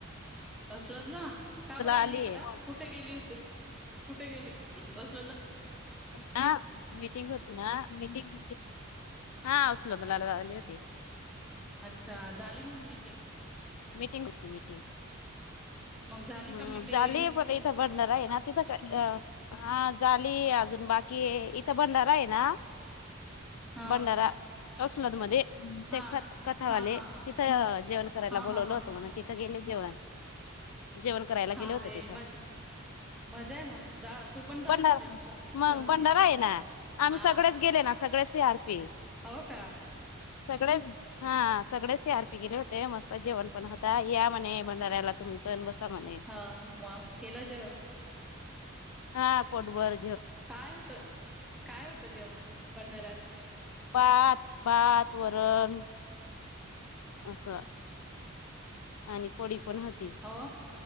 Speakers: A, in the centre; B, on the left.
A: बसलात ना का बरं आलीये
B: आलीय
A: का कुठं गेली होती? कुटं गेले <inaudible>
B: आ मीटिंग होती नां मीटिंग हा <inaudible> होते.
A: अच्छा झाली मग मीटिंग.
B: मीटिंग होती मीटिंग.
A: मग झाली
B: हम्
A: का मीटिंग?
B: झालीय पण इथं भंडारा आहे ना तिथं काय हा झाली अजून बाकी आहे इथं भंडारा आहे ना.
A: हा
B: भंडारा मध्ये
A: हा
B: ते कथावाले
A: हा हा हा
B: तिथं जेवण कराय
A: हा
B: बोलवलं
A: हा हा
B: होत मला तिथ गेले जेवाय. जेवण करायला गेले
A: अरे
B: होते तिथं
A: मज मजा आहे मग जा तू पण जा
B: भंडारा
A: ना जेवण कर
B: मंग
A: करून
B: भंडारा
A: ये.
B: आहे ना आम्ही
A: हा
B: सगळेच गेले ना सगळे सी आर पी
A: हो का?
B: सगळेच हा सगळेच ही आर पी गेले होते मस्त. जेवण पण होत या मणे भंडाऱ्याला तुम्ही पण म्हणे
A: हा मग केल जेवण.
B: हा पोट भर
A: काय होत काय होतं जेवणात? भंडारात.
B: भात भात वरण अस आणि पडी पण होती.
A: हो